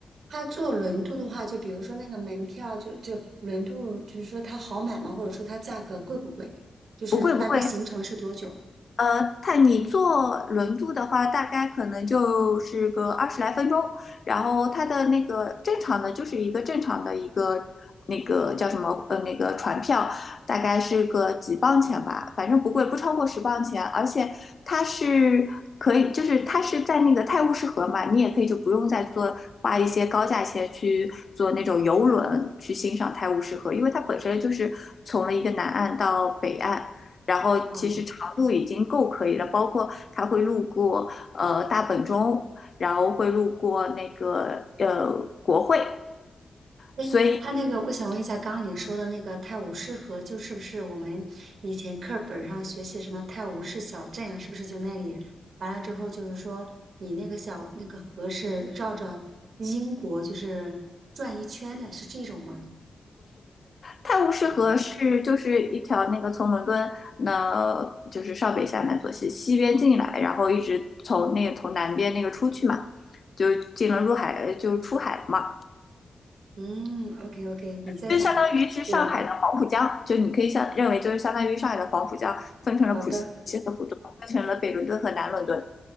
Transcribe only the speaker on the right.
他坐轮渡的话，就比如说那个门票就，就轮渡，就是说它好买吗？或者说它价格贵不贵？就是大约行程是多久？
嗯，
诶，
他那个，我想问一下，刚刚你说的那个泰晤士河，就是不是我们以前课本上学习什么泰晤士小镇啊？是不是就那里？完了之后，就是说你那个小那个河是绕着英国就是转一圈的，是这种吗？
嗯
嗯，OK OK，你再讲。
对，
好的。